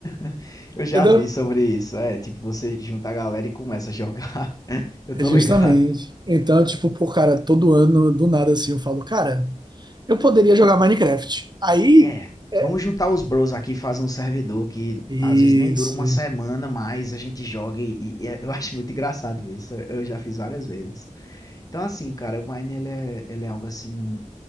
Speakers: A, on the left (about 25°); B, on the right (about 35°).
A: <laughs> eu já
B: entendeu?
A: vi sobre isso. É, tipo, você junta a galera e começa a jogar. <laughs> Eu
B: É
A: tô
B: Justamente.
A: ligado.
B: Então, tipo, pô, cara, todo ano, do nada assim, eu falo, cara, eu poderia jogar Minecraft. Aí,
A: É,
B: é,
A: vamos juntar os bros aqui e fazer um servidor que
B: isso.
A: às vezes nem dura uma semana, mas a gente joga e, e é- <laughs> eu acho muito engraçado isso. Eu já fiz várias vezes. Então, assim, cara, o Mine ele é, ele é algo assim,